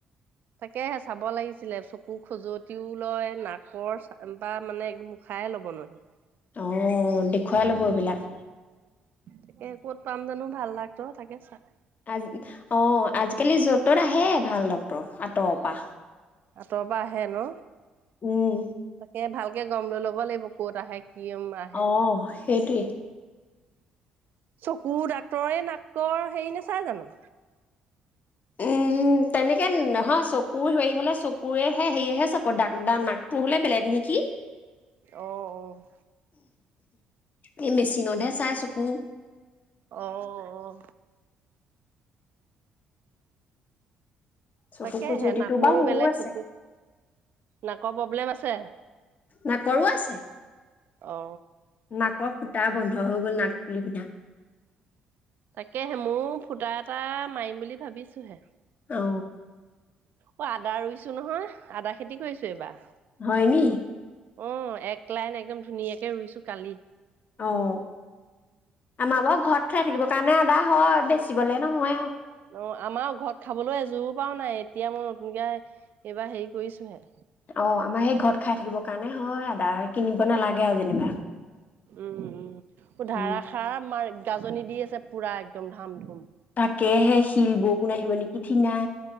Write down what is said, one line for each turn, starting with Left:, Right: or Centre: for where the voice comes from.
Right: তাকেহে চাব লাগিছিলে চকু খজুৱতিও লয় নাকৰ বা মানে মুখাইে লব নোৱাৰি
Left: আহ দেখুৱাই ল'ব এইবিলাক
Right: তাকে ক'ত পাম জানো ভাল লাগত তাকে চাই
Left: আ অ আজিকালি য'ত ত'ত আহে ভাল ডক্তৰ আঁতৰপা
Right: আঁতৰৰ পৰা আহে ন
Left: উম,
Right: তাকে ভাল গমৈ লব লাগিব ক'ত আহে কি আহে
Left: অ' সেইটোৱে।
Right: চকু ডাক্তৰে নাক ত হেৰি নে চাই জানো
Left: উম তেনেকে নহয়, চকুৰ হেৰি হলে চকুৰেহে হেৰিয়হে চাব, দাগ দা নাকটো হলে বেলেগ নেকি!
Right: অ, অ।
Left: এই মেচিনতহে চাই চকু।
Right: অ অ।
Left: চকু
Right: তাকেহে
Left: খজুৱতিটো
Right: নাকৰো
Left: বাৰু মোৰো
Right: বেলেগ
Left: আছে,
Right: চকু, নাকৰ প্ৰব্লেম আছে। ছে।
Left: নাকৰো আছে।
Right: অ।
Left: নাকৰ ফুটা বন্ধ হৈ গল। নাক পুলি পিন্ধা
Right: তাকেহে ময়ো ফুটা এটা মাৰিম বুলি ভাবিছোহে।
Left: অ।
Right: অ আদা ৰুইছোঁ নহয়, আদা খেতি কৰিছোঁ এইবাৰ।
Left: হয় নি?
Right: অ, এক লাইন একদম ধুনীয়াকে ৰুইছোঁ কালি।
Left: অ' আমাৰ বাৰু ঘৰত খাই থাকিব কাৰণে আদা হয়, বেচিবলে নহয় আৰু।
Right: অ আমাৰ ঘৰত খাবলৈ এযোপাও নাই, এতিয়া মই নতুনকে এইবাৰ হেৰি কৰিছোহে।
Left: অ আমাৰ সেই ঘৰত খাই থাকিব কাৰণে হয় আদা, কিনিব নালাগে আৰু যেনিবা
Right: উম উম। ধাৰাষাৰ
Left: উম
Right: মাৰ গাজনি দি আছে, পূৰা একদম ধাম ধুম।
Left: তাকেহে শিল বৰষুণ আহিব নেকি! ঠিঙা